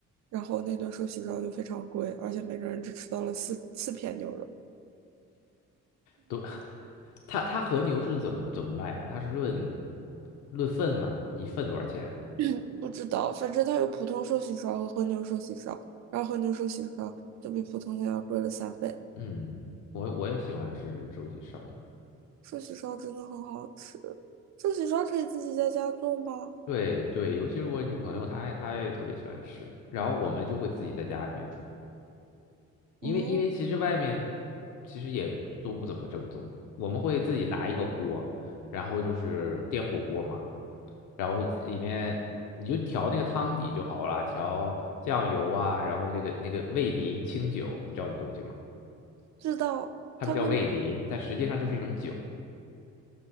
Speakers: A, on the right (about 65°); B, on the left (about 80°).
A: 然后那顿寿喜烧就非常贵，而且每个人只吃到了四四片牛肉。
B: 都，<laughs> 它它和牛是怎么怎么卖呀、它是论论份吗？一份多少钱？
A: 嗯不知道，反正它有普通寿喜烧和和牛寿喜烧，然后和牛寿喜烧就比普通的要贵了三倍。
B: 嗯，我我也喜欢吃寿喜烧。
A: 寿喜烧真的很好吃，寿喜烧可以自己在家做吗？
B: 对对，尤其是我女朋友，她也她也特别喜欢吃，然后我们就会自己在家里面煮，因为因为其实外面
A: 哦，
B: 其实也都不怎么正宗，我们会自己拿一个锅，然后就是电火锅嘛，然后里面你就调那个汤底就好了，调酱油啊，然后那个那个味淋清酒，你知道那东西吗？
A: 知道，
B: 他们叫味淋，
A: 他们的，
B: 但实际上就是一种酒。